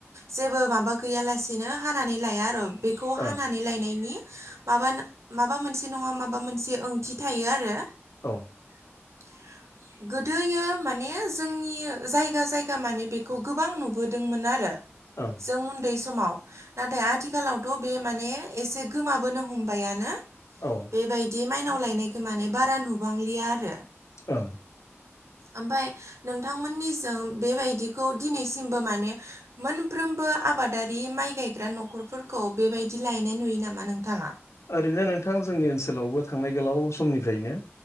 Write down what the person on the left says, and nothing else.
ओं
औ।
ओं
औ
ओं।
ओरैनो नोंथां जोंनि ओनसोलावबो थांनाय गोलाव समनिफ्रायनो